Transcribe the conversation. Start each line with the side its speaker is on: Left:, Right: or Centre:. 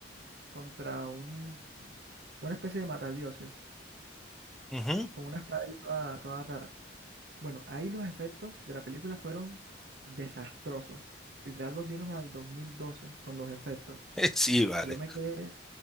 Right: contra un, una especie de matadioses,
Centre: Ujú.
Right: con una espada ahí toda, toda rara. Bueno, ahí los efectos de la película fueron desastrosos. Literal volvieron al 2012 con los efectos.
Centre: <laughs> Sí, vale,
Right: Yo me quedé